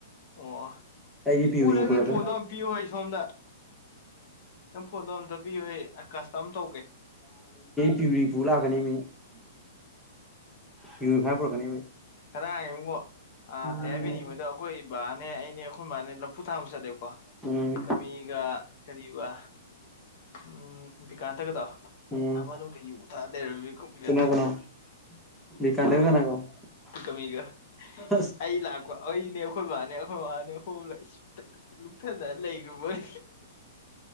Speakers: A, on the left (about 50°); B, in the centre.
A: ꯑꯣ
B: ꯑꯩꯗꯤ
A: ꯏꯄꯨ
B: ꯄꯤꯔꯤ
A: ꯅꯪꯒꯤ
B: ꯄꯗꯥ
A: ꯐꯣꯟꯗꯣ ꯑꯝ ꯄꯤꯌꯨ ꯑꯩ ꯁꯣꯝꯗ ꯅꯪ ꯐꯣꯟꯗ ꯑꯝꯇꯕꯤꯌꯣ ꯀꯁꯇꯃ ꯇꯧꯒꯦ
B: ꯄꯌꯨꯔꯤꯄꯨ ꯂꯥꯛꯀꯅꯤ ꯃꯤ ꯄꯌꯎꯔꯤꯐꯥꯏ ꯄꯨꯔꯛꯅꯤ ꯃꯤ
A: ꯉꯔꯥꯡꯉꯣ ꯑꯥ ꯇꯩ
B: ꯑꯩ
A: ꯍꯥꯏꯕꯤꯅꯤ ꯃꯣꯏꯗ ꯑꯩꯈꯣꯏ ꯕꯥꯅꯦ ꯑꯩꯅꯦ ꯑꯩꯈꯣꯏ ꯏꯕꯥꯅꯦ ꯂꯐꯨ ꯊꯥꯕ ꯆꯠꯂꯦꯕꯀꯣ
B: ꯎꯝ
A: ꯄꯤꯀꯃꯤꯒ ꯀꯔꯤꯒ ꯎꯝ ꯤꯀꯥꯟꯇꯒꯗꯣ
B: ꯎꯝ
A: ꯑꯩ ꯎ ꯊꯥꯗꯦꯔꯃꯤ ꯀꯅꯦꯗ
B: ꯀꯅꯥ ꯀꯅꯥ <unintelligible>
A: ꯀꯃꯤꯒꯥ
B: ꯑꯁ
A: ꯑꯩ ꯂꯥꯛꯄ ꯑꯩꯅꯦ ꯑꯩꯈꯣꯏ ꯏꯕꯥꯅꯦ ꯑꯩꯈꯣꯏ ꯏ ꯃꯥꯕꯥꯅꯦ ꯍꯣꯝꯂ ꯑꯩ ꯁꯨꯝ ꯇꯛ ꯇꯛ ꯂꯨꯞꯊꯗꯅ ꯂꯩꯈ꯭ꯔꯕ ꯃꯣꯏ